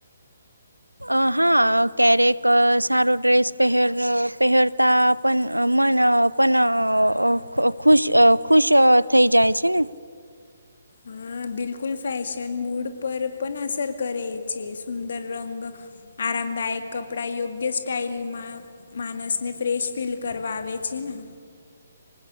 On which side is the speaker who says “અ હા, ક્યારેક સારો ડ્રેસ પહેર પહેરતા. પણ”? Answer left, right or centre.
Right